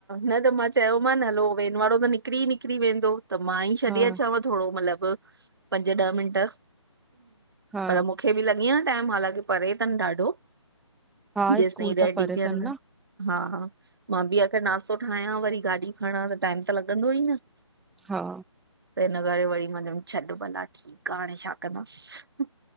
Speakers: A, on the right; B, in the centre.
A: न त मां चयोमानि हलो वेन वारो त निकिरी निकिरी वेंदो त मां ई छॾे
B: हा,
A: अचांव थोरो मतिलबु पंज ॾह मिंट
B: हा,
A: पर मूंखे बि लॻेआ टाइमु हालांकी परे अथनि ॾाढो
B: हा,
A: जेसि
B: स्कूल
A: ताईं
B: त
A: रेडी
B: परे
A: थियनि
B: तन न,
A: हा हा मां बि आखिर नाश्तो ठाहियां वरी गाॾी खणा त टाइमु त लॻंदो ई न
B: हा
A: त हिन करे वरी मां चयुम छॾ भला ठीकु आ हाणे छा कंदासि